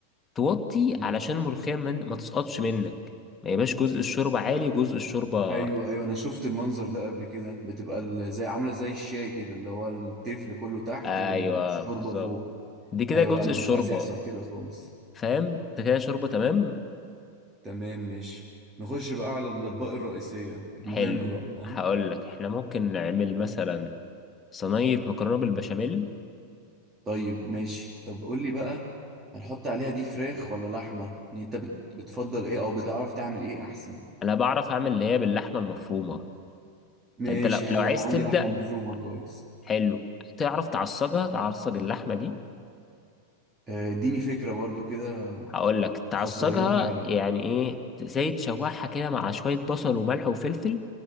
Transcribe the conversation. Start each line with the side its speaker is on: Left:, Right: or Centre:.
Left: توطي
Right: مم.
Left: علشان الملوخية من ما تسقطش منك ما يبقاش جزء الشوربة عالي وجزء الشوربة
Right: ايوه ايوه انا شفت المنظر ده قبل كده بتبقى ال- زي عامله زي الشاي كده اللي هو التفل كله تحت
Left: ايوه
Right: والشوربه
Left: بالظبط
Right: فوق
Left: دي كده
Right: ايوه
Left: جزء
Right: لا انا
Left: الشوربة
Right: مش عايز يحصل كده خالص
Left: فاهم انت كده شوربة تمام
Right: تمام ماشي نخش بقى على الأطباق الرئيسية المهم
Left: حلو
Right: بقى فاهم
Left: هقول لك احنا ممكن نعمل مثلا صينية مكرونة بالبشاميل
Right: طيب ماشي طب قول لي بقى هنحط عليها دي فراخ ولا لحمة يعني انت بت... بتفضل ايه او بتعرف تعمل ايه احسن
Left: انا بعرف اعمل اللي هي باللحمة المفرومة
Right: ماشي
Left: فانت لو
Right: حلو
Left: لو عايز
Right: انا
Left: تبدأ
Right: عندي لحمة مفرومة كويس
Left: حلو تعرف تعصجها تعصج اللحمة دي
Right: آه، اديني فكرة برضو كده
Left: هقول لك
Right: مش
Left: تعصجها
Right: خسرانين حاجة يعني
Left: يعني ايه زي تشوحها كده مع شوية بصل وملح وفلفل